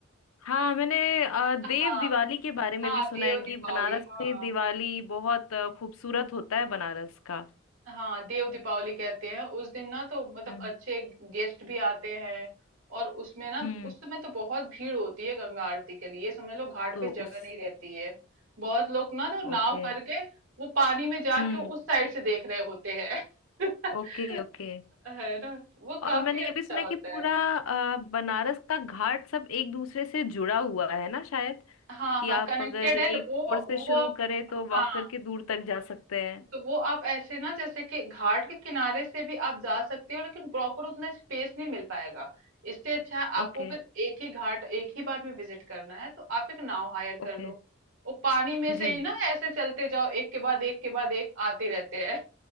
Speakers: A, on the left (about 85°); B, on the right (about 75°).
A: हाँ मैंने अ, देव
B: हाँ
A: दिवाली के बारे में
B: हाँ
A: भी सुना
B: देव
A: है कि
B: दीपावली
A: बनारस
B: हाँ
A: में दिवाली बहुत अ, खूबसूरत होता है बनारस का
B: हाँ देव दीपावली कहते हैं उस दिन ना तो मतलब
A: हम्म
B: अच्छे गेस्ट भी आते हैं और उसमें ना
A: हम्म
B: उस समय तो बहुत भीड़ होती है गंगा आरती के लिए समझ लो घाट
A: तो
B: पे जगह
A: उस
B: नहीं रहती है बहुत लोग ना तो नाव
A: ओके
B: करके वो पानी में जाके
A: हम्म
B: उस साइड से देख रहे होते हैं <laughs>
A: Okay okay
B: है ना वो काफी
A: और मैंने ये
B: अच्छा
A: भी सुना
B: होता
A: है कि पूरा
B: है
A: अ, बनारस का घाट सब एक दूसरे से जुड़ा हुआ है ना शायद
B: हाँ
A: कि
B: हाँ
A: आप
B: कनेक्टेड
A: अगर एक
B: है वो
A: छोर से
B: वो
A: शुरू
B: आप
A: करें तो वॉक
B: हाँ
A: करके दूर तक जा सकते हैं
B: तो वो आप ऐसे ना जैसे कि घाट के किनारे से भी आप जा सकते हो लेकिन प्रॉपर उतना स्पेस नहीं मिल पाएगा इससे अच्छा है आपको
A: Okay
B: अगर एक ही घाट एक ही बार में विजिट करना है तो आप एक नाव हायर कर
A: okay
B: लो वो पानी में से
A: जी
B: ही ना ऐसे चलते जाओ एक के बाद एक के बाद एक आते रहते हैं